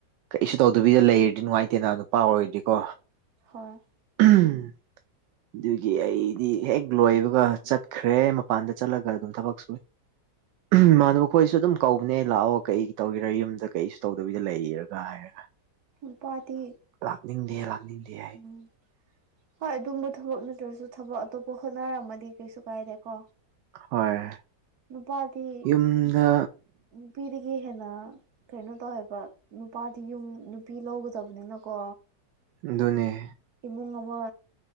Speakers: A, on the right; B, on the right.
A: ꯀꯩꯁꯨ ꯇꯧꯗꯕꯤ ꯂꯩꯔꯗꯤ ꯅꯨꯡꯉꯥꯏꯇꯦꯅ ꯅꯨꯄꯥ ꯑꯣꯏꯔꯗꯤꯀꯣ
B: ꯍꯣꯏ
A: ꯎꯝ ꯑꯗꯨꯒꯤ ꯑꯩꯗꯤ ꯍꯦꯛ ꯂꯣꯏꯕꯒ ꯆꯠꯈ꯭ꯔꯦ ꯃꯄꯥꯟꯗ ꯆꯠꯂꯒ ꯑꯗꯨꯝ ꯊꯕꯛ ꯁꯨꯏ ꯏꯃꯥꯟꯅꯕ ꯃꯈꯣꯏꯁꯨ ꯑꯗꯨꯝ ꯀꯧꯕꯅꯦ ꯂꯥꯛꯑꯣ ꯀꯩ ꯇꯧꯒꯦꯔꯥ ꯌꯨꯝꯗ ꯀꯩꯁꯨ ꯇꯧꯗꯕꯤꯗ ꯂꯩꯔꯒ ꯍꯥꯏꯔꯒ
B: ꯅꯨꯄꯥꯗꯤ
A: ꯂꯥꯛꯅꯤꯡꯗꯦ ꯂꯥꯛꯅꯤꯡꯗꯦ ꯍꯥꯏ
B: ꯎꯝ ꯍꯣꯏ ꯑꯗꯨꯝꯕ ꯊꯕꯛ ꯅꯠꯇ꯭ꯔꯁꯨ ꯊꯕꯛ ꯑꯇꯣꯞꯄ ꯍꯣꯠꯅꯔꯝꯃꯗꯤ ꯀꯩꯁꯨ ꯀꯥꯏꯗꯦꯀꯣ
A: ꯍꯣꯏ
B: ꯅꯨꯄꯥꯇꯤ
A: ꯌꯨꯝꯗ
B: ꯅꯨꯄꯤꯗꯒꯤ ꯍꯦꯟꯅ ꯀꯩꯅꯣ ꯇꯧꯋꯦꯕ ꯅꯨꯄꯥꯗꯤ ꯌꯨꯝ ꯅꯨꯄꯤ ꯂꯧꯒꯗꯕꯅꯤꯅꯀꯣ
A: ꯗꯨꯅ‌ꯦ
B: ꯏꯃꯨꯡ ꯑꯃ